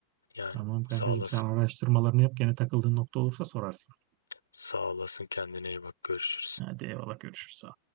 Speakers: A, on the left; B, on the right.
A: Yani
B: Tamam kankacığım
A: sağ olasın.
B: sen araştırmalarını yap. Gene takıldığın nokta olursa sorarsın.
A: Sağ olasın kendine iyi bak. Görüşürüz.
B: Hadi eyvallah görüşürüz.